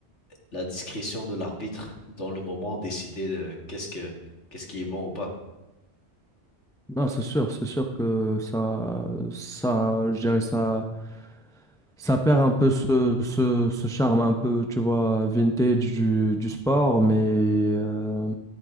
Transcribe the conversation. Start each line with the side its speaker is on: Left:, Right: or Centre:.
Left: la discrétion de l'arbitre dans le moment décider de qu'est-ce que qu'est-ce qui est bon ou pas.
Centre: Non, c'est sûr, c'est sûr que ça, ça, je dirais ça. Ça perd un peu ce, ce, ce charme un peu, tu vois, vintage du, du sport, mais euh,